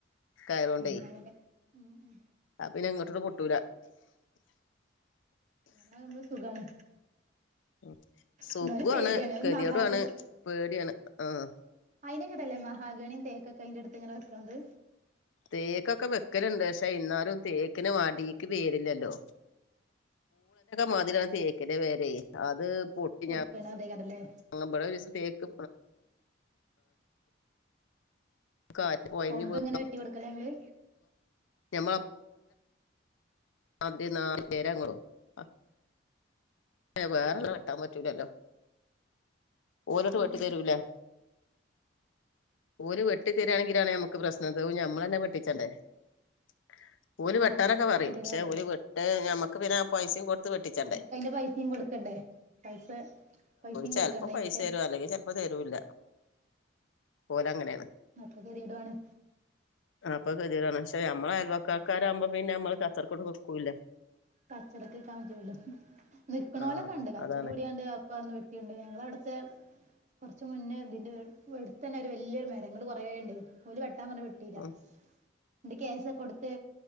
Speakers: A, on the left; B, on the right.
A: കയറോണ്ടേ
B: ഉം അങ്ങനെ ഉം ഉം
A: ആ പിന്നെ ഇങ്ങോട്ട് പൊട്ടൂല
B: അങ്ങനൊകുമ്പള് സുഖാണ്
A: ഉ സുഖണ്
B: എന്നാലും പേടിയാണ്
A: ഗദിയെടണ്
B: മഹാഗണി
A: പേടിയാണ് ആഹ്
B: അതിനെക്കട്ടല്ലേ മഹാഗണീം തേക്കക്ക അയ്ന്റെടുത്ത് ഇങ്ങന നിക്കണന്നത്
A: തേക്കൊക്കെ വെക്കലുണ്ട് പക്ഷെ എന്നാലും തേക്കിനന് വടി പേരില്ലല്ലോ
B: ആ
A: മാതിരി തേകിന്റെ വേരു അത് പൊട്ടി
B: പൊട്ടണതേക്കാരല്ലേ
A: ഞാൻ ഇബിടെ ഒരൂസം തെക്കു കാത്ത് പോയോമ്മ
B: കൊമ്പ് ഇങ്ങനെ വെട്ടി കൊടുക്കല ഞങ്ങള്
A: <inaudible> <inaudible> വേറെള്ളെ വെട്ടാൻ പറ്റൂലല്ലോ ഓര് തോറ്റ്
B: ഉം
A: തരൂല ഓര് വെ വെട്ടി തരിയാണെങ്കിലാണ് നമുക്ക് പ്രശ്നത് ഞമ്മൾ തന്നെ വെട്ടിച്ചണ്ടേഓള് വെട്ടാനൊക്കെ
B: ആഹ് ആഹ് അത്ര
A: പറയും
B: ഗതിടാവല്ലേ
A: വിട്ട് ഞമ്മക്ക് പിന്നെ ആ പൈസയും കൊ തു വെട്ടിച്ചണ്ടേ
B: ഞമ്മക്ക് അതിന്റെ പൈസയും കൊടുക്കണ്ടേ പൈസ പൈസയും
A: ചലപ്പോ
B: കൊടുക്കണ്ട അതിന്റെയൊക്കെ
A: പൈസ തരുും അല്ലെങ്കിൽ അപ്പൊ തരൂല്ല ഓലങ്ങനെയാണ്
B: അത്രക്കെറിടുണ്
A: അപ്പ കരിതിയതാണ് പക്ഷെ ഞമ്മള് അയൽവക്കക്കാരാകുമ്പൊ പിന്നെ നമ്മള് <unintelligible> വെക്കൂല്ല
B: കച്ചറക്ക്ക്കാൻ പറ്റുലല്ലോ നിക്കണോലൊക്കെണ്ട്
A: ആഹ്
B: കച്ചറ
A: അതാണ്
B: കൂടിയാണ്ട് അഒക്കെ ഒന്ന് വെ ട്ടിണ്ട് ഞങ്ങളവിടുത്തെ കുറച്ച് മുന്നേ ഇതിന്റെ അടുത്ത് തന്നെ ഒരു വലിയൊരു മരങ്ങള് കുറേഉണ്ട്ഓരു വെട്ടാ പറ വെട്ട വെട്ടീല
A: ഉം
B: നട്ട് കേസൊക്കെ കൊടുത്ത്